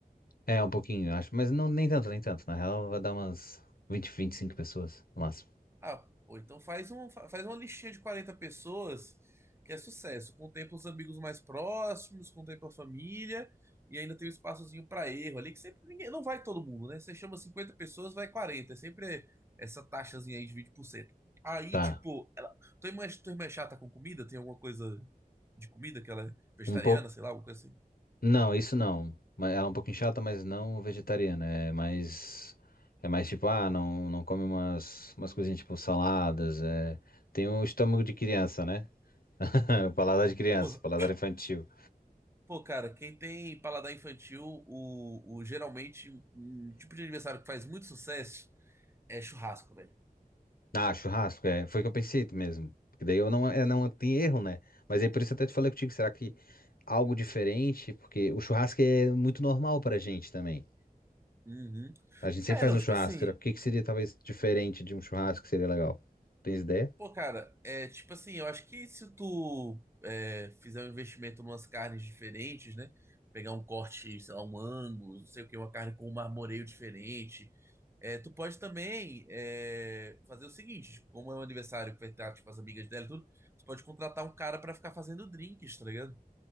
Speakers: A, on the left; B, on the right.
A: É, um pouquinho, eu acho, mas não, nem tanto, nem tanto. Na real, vai dar umas vinte, vinte e cinco pessoas, no máximo.
B: Ah, pô, então faz um, fa- faz uma listinha de 40 pessoas que é sucesso. Contempla os amigos mais próximos, contempla a família e ainda tem um espaçozinho para erro ali, que sempre ninguém, não vai todo mundo, né? Você chama 50 pessoas, vai 40. É sempre essa taxazinha aí de 20%. Aí,
A: Tá,
B: tipo, ela, tua irmã, é, tua irmã é chata com comida? Tem alguma coisa de comida que ela é vegetariana,
A: um pouco.
B: sei lá, alguma coisa assim?
A: Não, isso não. Mas Ela é um pouquinho chata, mas não vegetariana. É mais. É mais tipo, ah, não, não come umas, umas coisinhas tipo saladas. É... Tem o estômago de criança, né? <laughs> Paladar de criança,
B: Pô,
A: paladar infantil.
B: pô, cara, quem tem paladar infantil, o, o geralmente um um tipo de aniversário que faz muito sucesso é churrasco, velho.
A: Ah, churrasco, é. Foi o que eu pensei mesmo. Porque daí eu não, é, não tem erro, né? Mas aí por isso eu até te falei contigo, será que algo diferente? Porque o churrasco é muito normal pra gente também.
B: Uhum.
A: A gente sempre
B: É,
A: faz
B: não,
A: um
B: tipo
A: churrasco.
B: assim,
A: será- O que que seria talvez diferente de um churrasco que seria legal? Tens ideia?
B: pô, cara, é tipo assim, eu acho que se tu é, fizer um investimento em umas carnes diferentes, né? Pegar um corte, sei lá, um ângulo, não sei o que, uma carne com um marmoreio diferente. É, tu pode também é, fazer o seguinte, tipo, como é um aniversário que vai ter tipo, as amigas dela e tudo, tu pode contratar um cara pra ficar fazendo drinks, tá ligado?